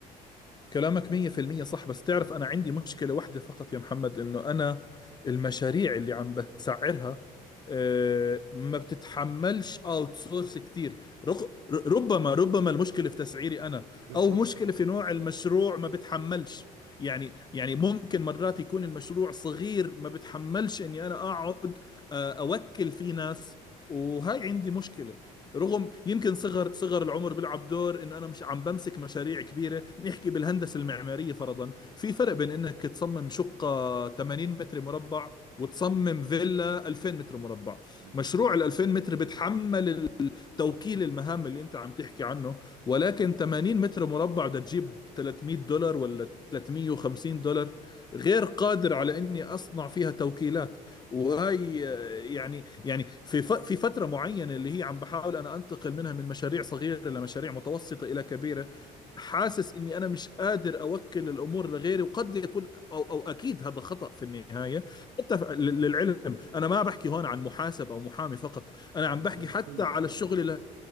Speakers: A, on the left; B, on the right.
A: كلامك 100% صح بس تعرف أنا عندي مشكلة واحدة فقط يا محمد إنه أنا المشاريع اللي عم بسعرها آه، ما بتتحملش اوت سورس كتير رغ- ر- ربما ربما المشكلة في تسعيري أنا
B: بالظبط
A: أو مشكلة في نوع
B: بالظبط
A: المشروع ما بتحملش يعني يعني ممكن مرات يكون المشروع صغير ما بتحملش إني أنا أقعد آه، أوكل فيه ناس وهاي عندي مشكلة رغم يمكن صغر صغر العمر بيلعب دور انه انا مش عم بمسك مشاريع كبيره نحكي بالهندسه المعماريه فرضا في فرق بين انك تصمم شقه 80 متر مربع وتصمم فيلا 2000 متر مربع
B: بالظبط
A: مشروع ال 2000 متر بتحمل توكيل المهام اللي انت عم تحكي عنه ولكن 80 متر مربع بدها تجيب 300 دولار ولا 350 دولار غير قادر على اني اصنع فيها توكيلات وهي يعني يعني في ف- في فتره معينه اللي هي عم بحاول انا انتقل منها من مشاريع صغيره لمشاريع متوسطه الى كبيره حاسس اني انا مش قادر اوكل الامور لغيري وقد يكون او او اكيد هذا خطا في النهايه حتى ف- لل- للعلم انا ما بحكي هون عن محاسب او محامي فقط انا
B: لا
A: عم
B: بنتكلم
A: بحكي
B: عن
A: حتى
B: كله
A: على
B: اه
A: الشغل